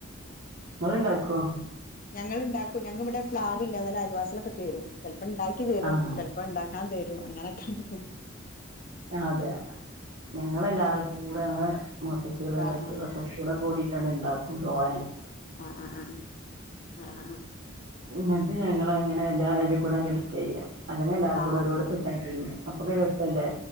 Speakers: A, on the right; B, on the left.
A: ഇങ്ങള് ഇണ്ടാക്കോ
B: ഞങ്ങൾ ഇണ്ടാക്കും ഞങ്ക്ക് ഇവടെ പ്ലാവ് ഇല്ല നാല് അലിവാസളൊക്കെ തരും ചിലപ്പപ്പോ ഇണ്ടാക്കി തരും
A: ആഹ്
B: ചെ ഇപ്പൊ ഉണ്ടാക്കാൻ തരൂ അങ്ങനൊക്കെണ്ട്
A: അതെ ഞങ്ങളെല്ലാരും കൂടെ ഞങ്ങെ മുത്തച്ചിഅള്
B: ആ
A: ഇളച്ചിഅളൊക്കെ
B: ആ ആ
A: കൂടെ കൂടി ട്ടട് ഇണ്ടാകും തോനെ
B: അഹ് അഹ് അഹ് ആഹാ
A: ഇന്നട്ട് ഞങ്ങളങ്ങനെ എല്ലാരുംകൂടെണ്ട് ടുക്കയ്യ അല്ലെങ്കി എല്ലാരും
B: ആ
A: കൂടെ
B: ആ ആ
A: ഓരോട്തേച്ചാണ്ട് തിന്നും അപ്പക്കെ രസല്ലേ